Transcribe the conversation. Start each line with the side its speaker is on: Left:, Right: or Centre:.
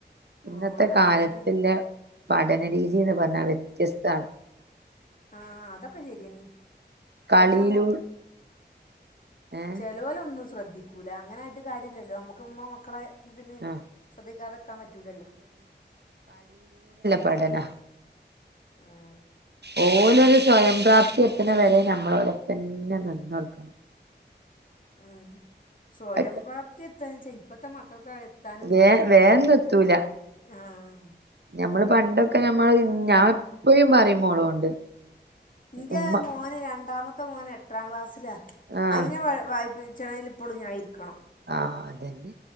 Right: ഇന്നത്തെ
Left: ആഹ് വായനാദിന്
Right: കാലത്തി ലെ പഠനരീതിന്ന് പറഞ്ഞാൽ വ്യത്യസ്താണ്
Left: ആഹ അതൊക്കെ ശരിയണ് പിന്നെ
Right: കളിയിലൂ ഏ
Left: ചെലോലൊന്നും ശ്രദ്ധിക്കൂല അങ്ങനായിട്ട് കാര്യല്ലല്ലോ നമ്മുക്ക് മ്മളെ മക്കളെ ഇതിന്
Right: ആഹ്
Left: ശ്രദ്ധിക്കാതെക്കാൻ പറ്റൂലല്ലോ
Right: പെടല
Left: ഉം
Right: ഓലൊരു സ്വയംപ്രാപ്തി എത്തണവരെ നമ്മളോലപ്പന്നെ നിന്നൊട്ക്കണം.
Left: ഉം സ്വയംപ്രാപ്തി
Right: അതൊക്കെ
Left: എത്താന്ന്ച്ചാ ഇപ്പത്തെ മക്കക്കായ് ത്താനും
Right: വേ
Left: പണ്യാ
Right: വേഗൊന്നുംഎത്തൂല
Left: ആഹ
Right: ഞമ്മള് പണ്ടൊക്കെ നമ്മള് ഞാ ഇപ്പഴും പറിം മോളോണ്ട്
Left: ഇന്റെ
Right: ഉമ്മ
Left: മോന് രണ്ടാമത്തെ മോന് എട്ടാം ക്ലാസ്സില
Right: ആഹ്
Left: അയ്നെ വായ് വായ്പ്പിച്ചണെല് പ്പളും ഞാ ഇര്ക്കണം
Right: ആഹ അതന്നെ